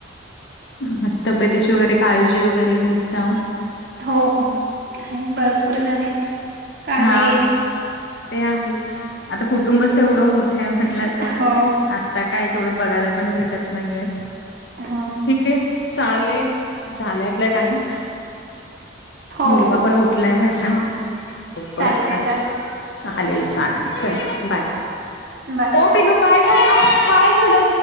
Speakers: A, on the left (about 60°); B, on the right (about 55°).
A: हा ती तब्यतीची वगैरे काळजी वगैरे घेत जावा.
B: हो हो आहेन भरपूर जण आहेत. काळजी
A: हा
B: घ्यायला
A: ते आहेच आता कुटुंबच एवढं मोठं आहे म्हणलात. तर
B: हो
A: आता काय तेवढं बघायला पण भेटत नाहीये.
B: हो
A: ठीक आहे चालेल झालंय आपला टाइम.
B: हो
A: मुलगा
B: हो
A: पण उठलाय माझा. बरं
B: चालतय
A: आताच
B: चालतय
A: चालेल चालेल चला बाय.
B: बाय.
A: ओ पिलू काय झालं काय झालं?